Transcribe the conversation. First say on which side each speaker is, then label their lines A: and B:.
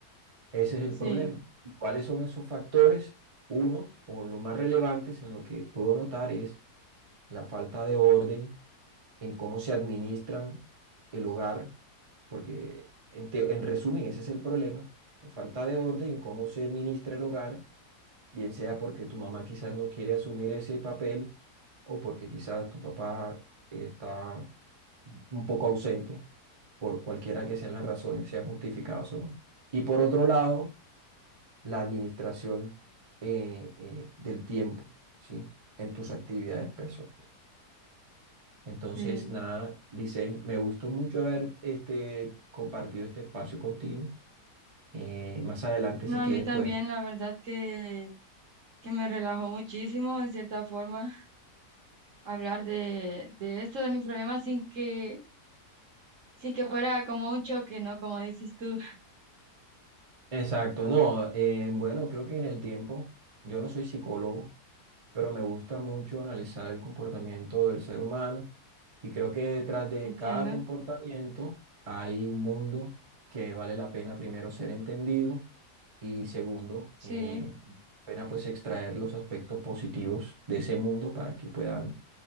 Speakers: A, on the right; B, on the right.
A: Ese es el
B: sí,
A: problema. ¿Y cuáles son esos factores? Uno, o lo más relevantes en lo que puedo notar es la falta de orden en cómo se administran el hogar, porque en, teo- en resumen ese es el problema, la falta de orden en cómo se administra el hogar bien sea porque tu mamá quizás no quiere asumir ese papel o porque quizás tu papá está un poco ausente, por cualquiera que sean las razones, sean justificadas o no. Y por otro lado, la administración eh, eh, del tiempo, ¿sí? En tus actividades personales. Entonces,
B: sí.
A: nada, dice, me gustó mucho haber este, compartido este espacio contigo. Eh, más adelante,
B: No,
A: si
B: a
A: quieres,
B: mí también,
A: podemos...
B: la verdad que, que me relajó muchísimo en cierta forma. hablar de, de esto, de mis problemas, sin que, sin que fuera como un choque, ¿no? Como dices tú,
A: Exacto, no, eh, bueno, creo que en el tiempo, yo no soy psicólogo, pero me gusta mucho analizar el comportamiento del ser humano y creo que detrás de
B: <laughs> entiendo.
A: cada comportamiento hay un mundo que vale la pena primero ser entendido y segundo,
B: Sí,
A: eh, pena pues extraer los aspectos positivos de ese mundo para que puedan